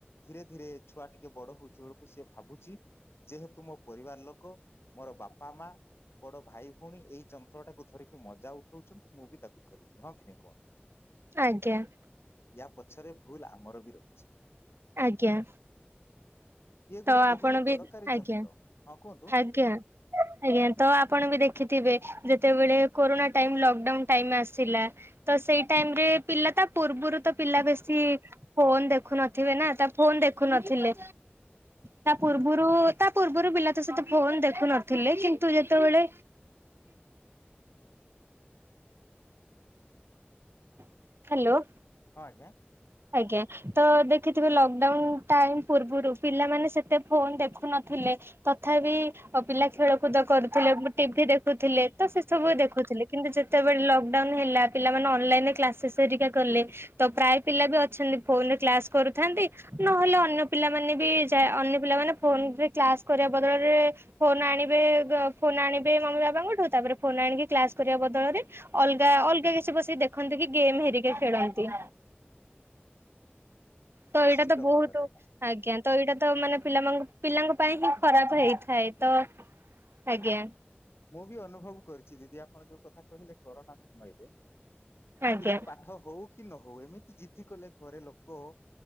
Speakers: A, on the left; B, on the right.
A: ଧୀରେ ଧୀରେ ଛୁଆ ଟିକେ ବଡ ହୋଉଛି ବେଳକୁ ସେ ଭାବୁଛି । ଯେହେତୁ ମୋ ପରିବାର ଲୋକ ମୋର ବାପା ମା ବଡ ଭାଇ ଭଉଣୀ ଏଇ ଯନ୍ତ୍ର ଟାକୁ ଧରିକି ମଜା ଉଠଉଛନ୍ତ ମୁଁ ବି ତାକୁ ଧରିବି ହଁ କି ନାହି କୁହନ୍ତୁ?
B: ଆଜ୍ଞା।
A: ୟା ପଛରେ ଭୁଲ ଆମର ବି ରହିଛି
B: ଆଜ୍ଞା।
A: ଇଏ
B: ତ
A: ଗୋଟେ
B: ଆପଣ
A: ବହୁତ
B: ବି
A: ଦରକାରୀ
B: ଆଜ୍ଞା
A: ଯନ୍ତ୍ର ହଁ କୁହନ୍ତୁ
B: ଆଜ୍ଞା ଆଜ୍ଞା ତ ଆପଣ ବି ଦେଖିଥିବେ ଯେତେବେଳେ କୋରୋନା ଟାଇମ୍ ଲକ୍ଡାଉନ ଟାଇମ୍ ଆସିଲା । ତ ସେଇ ଟାଇମ୍ ରେ ତ ପିଲା ତା ପୂର୍ବରୁ ପିଲା ବେସି ଫୋନ୍ ଦେଖୁ ନ ଥିବେ ନା । ତ ଫୋନ୍ ଦେଖୁ ନ ଥିଲେ। ତା ପୂର୍ବରୁ ତା ପୂର୍ବରୁ ପିଲା ତ ସେତ ଫୋନ ଦେଖୁ ନଥିଲେ କିନ୍ତୁ ଯେତେବେଳେ ହ୍ୟାଲୋ।
A: ହଁ ଆଜ୍ଞା।
B: ଆଜ୍ଞା ତ ଦେଖିଥିବେ ଲକଡାଉନ ଟାଇମ ପୂର୍ବରୁ ପିଲାମାନେ ସେତେ ଫୋନ ଦେଖୁନଥିଲେ ତଥାପି ପିଲା ଖେଳକୁଦ କରୁଥିଲେ ଟିଭି ଦେଖୁଥିଲେ ତ ସେ ସବୁ ଦେଖୁଥିଲେ କିନ୍ତୁ ଯେତେବେଳେ ଲକଡାଉନ ହେଲା ପିଲାମାନେ ଅନଲାଇନରେ କ୍ଲାସେସ୍ ହରିକା କଲେ ତ ପ୍ରାୟେ ପିଲା ବି ଅଛନ୍ତି ଫୋନରେ କ୍ଲାସ କରୁଥାନ୍ତି । ନହେଲେ ଅନ୍ୟ ପିଲାମାନେ ବି ଯା ଅନ୍ୟ ପିଲାମାନେ ଫୋନରେ କ୍ଲାସ୍ କରିବା ବଦଳରେ ଫୋନ ଆଣିବେ ବ ଫୋନ ଆଣିବେ ମମି ବାବାଙ୍କଠୁ ତାପରେ ଫୋନ ଆଣିକି କ୍ଲାସ୍ କରିବାବଦଳରେ ଅଲଗା ଅଲଗା କିଛି ବସିକି ଦେଖନ୍ତି କି ଗେମ୍ ହେରିକା ଖେଳନ୍ତି ତ
A: ନିଶ୍ଚିତ
B: ଏଇଟା ତ ବହୁତ
A: ଭାବରେ ଆଜ୍ଞା।
B: ଆଜ୍ଞା ତ ଏଇଟା ତ ମାନେ ପିଲାମାନଙ୍କୁ ପିଲାଙ୍କ ପାଇଁ ହିଁ ଖରାପ ହେଇଥାଏ। ତ ଆଜ୍ଞା
A: ମୁଁ ବି ଅନୁଭବ କରିୁଛି ଦିଦି ଆପଣ ଯୋଉ କଥା କହିଲେ କରୋନା ସମୟରେ
B: ଆଜ୍ଞା
A: ପିଲା ପାଠ ହଉ କି ନ ହଉ ଏମିତି ଜିଦ୍ଦି କଲେ ଘରେ ଲୋକ